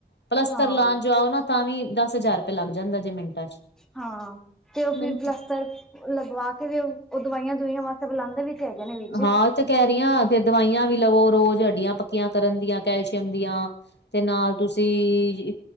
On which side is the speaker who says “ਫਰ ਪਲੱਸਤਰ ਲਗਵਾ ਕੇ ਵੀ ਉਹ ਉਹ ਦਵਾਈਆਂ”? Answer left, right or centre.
Centre